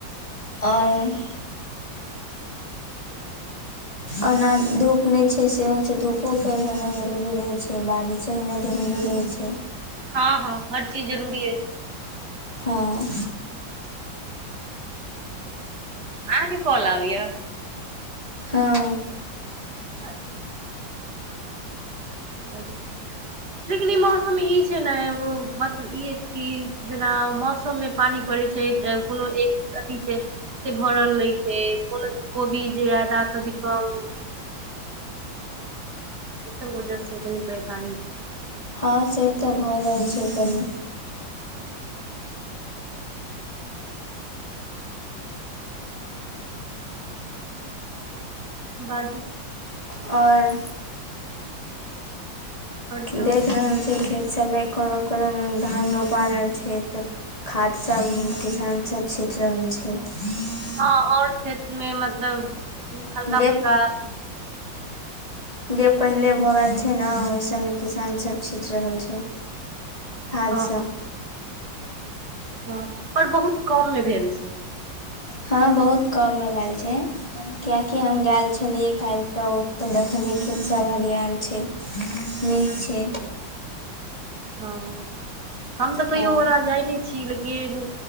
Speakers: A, on the left (about 20°); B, on the right (about 55°).
A: ओर ओना धूप नइ छै सेहो छै धूपो फेर होेना जरूरी रहै छै बारि जेहनै जरूरी रहै छै
B: हँ हँ हर चीज जरूरी अइछ।
A: हँ
B: अहाँके काॅल आबेयै?
A: हँ।
B: अच्छा! ब लेकिन ई मौसम मे ई छै ने एगो, मतलब ई अछि कि जेना मौसम मे पानी पड़े छै, तऽ कोनो एक अथी से से भरल रहितै। कोनो दिन कोबी ज्यादा, कभी कम। ई सब वजह से, कनी परेशानी छै।
A: हँ से तऽ भऽ जाइ छै कनी।
B: बाजू।
A: और।
B: और सब
A: देख रहल छी खेत सभमे, कोनो- कोनो दिन धान रोपा रहल छै, तऽ खाद सब किसान सब छीट रहल छै। <inaudible>
B: आ और खेत मे, मतलब हल्का -फुल्का
A: जे जे पहिले भए गेल छै ने, ओहि सबमे किसान सब छीट रहल छै। खाद
B: हँ
A: सब।
B: हँ हँ, पर बहुत कम मे भेल छै।
A: हँ, बहुत कम मे भेल छै। कियाकि हम गेल छलियै काल्हि तऽ, ओतऽ देखलियै खेतसभ हरियैल छै। <inaudible> ठीक छै।
B: हँ, हम तऽ कहियो
A: हँ
B: ओ ओना जाय नहि छी, लेकिन